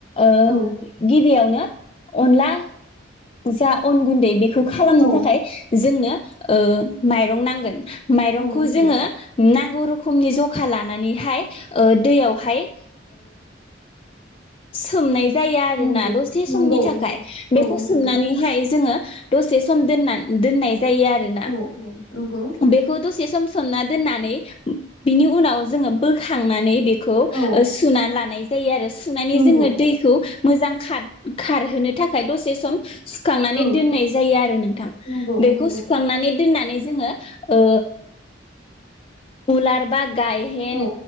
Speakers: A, on the left; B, on the left.
A: ओ
B: औ
A: गिबियावनो अनला जा अन गुन्दैखौ बेखौ खालामनो
B: औ
A: थाखाय जोंनो ओ माइरं नांगोन। माइरंखौ
B: औ नंगौ
A: जोङो नांगौ। गौ रोखोमनि जखा लानानैहाय ओ दैयावहाय सोमनाय जायो आरोना
B: नंगौ
A: दसे
B: नंगौ
A: समनि थाखाय
B: नंगौ
A: बेखौ
B: औ नंगौ
A: सोमनानैहाय जोङो दसे सम दोना दोननाय जायो आरोना
B: औ औ नंगौ
A: बेखौ दसे सम सोमना दोननानै बिनि उनाव जोङो बोखांनानै बे खौ
B: औ
A: सुना लानाय जायो आरो सुनानै
B: नंगौ
A: जोङो दैखौ मोजां खार खारहोनो थाखाय दसे सम सुखांनानै
B: औ
A: दोननाय जायो आरो नोंथां
B: नंगौ
A: बेखौ
B: नंगौ
A: सुखांनानै दोननानै जोङो ओ उलार बा गायहेन
B: औ